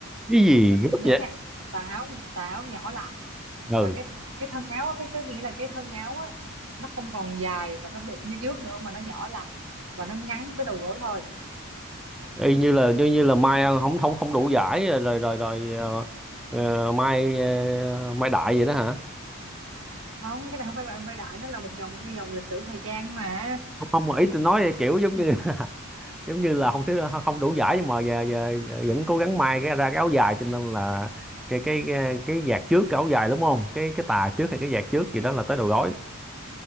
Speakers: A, in the centre; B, on the right.
A: cái gì
B: Cái-
A: gấp
B: nhớ
A: vậy
B: nha tà áo tà áo nhỏ lại
A: ừ
B: và cái cái thân áo á, cái cái nghĩa là cái thân áo á nó không còn dài và nó bự như trước nữa mà nó nhỏ lại và nó ngắn tới đầu gối thôi
A: y như là như như là mai không không không đủ giải rồi rồi rồi, rồi ờ, ờ, mai ờ, mai đại vậy đó hả
B: không cái này không phải bạn vai đại nó là một dòng theo dòng lịch sử thời trang mà
A: không không mà ý tôi nói kiểu giống như <laughs> giống như là không thứ không đủ giải nhưng mà giờ, giờ, vẫn cố gắng may cái ra cái áo dài cho nên là cái cái cái, cái vạt trước cái áo dài đúng không cái cái tà trước hay cái vạt trước gì đó là tới đầu gối